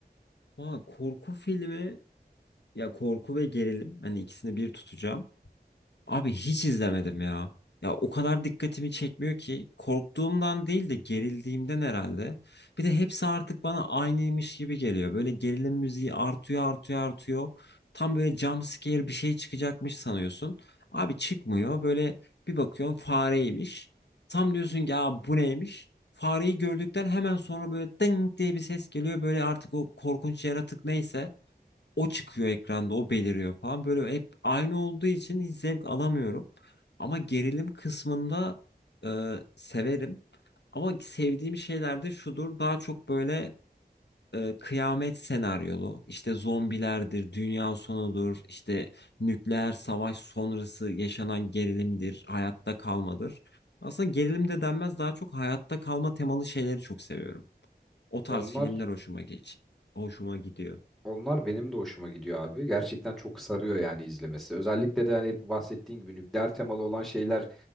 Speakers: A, on the left; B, in the centre.
A: Valla korku filmi ya korku ve gerilim hani ikisini bir tutacağım. Abi hiç izlemedim ya. Ya o kadar dikkatimi çekmiyor ki korktuğumdan değil de gerildiğimden herhalde. Bir de hepsi artık bana aynıymış gibi geliyor. Böyle gerilim müziği artıyor artıyor artıyor. Tam böyle jump scare bir şey çıkacakmış sanıyorsun. Abi çıkmıyor. Böyle bir bakıyorsun fareymiş. Tam diyorsun ki ya bu neymiş? Fareyi gördükten hemen sonra böyle ding diye bir ses geliyor. Böyle artık o korkunç yaratık neyse o çıkıyor ekranda, o beliriyor falan. Böyle hep aynı olduğu için hiç zevk alamıyorum. Ama gerilim kısmında e, severim. Ama sevdiğim şeyler de şudur. Daha çok böyle e, kıyamet senaryolu, işte zombilerdir, dünya sonudur, işte nükleer savaş sonrası yaşanan gerilimdir, hayatta kalmadır. Aslında gerilim de denmez, daha çok hayatta kalma temalı şeyleri çok seviyorum. O tarz
B: Onlar
A: filmler hoşuma geç, hoşuma gidiyor.
B: Onlar benim de hoşuma gidiyor abi. Gerçekten çok sarıyor yani izlemesi. Özellikle de hani bu bahsettiğin gibi nükleer temalı olan şeyler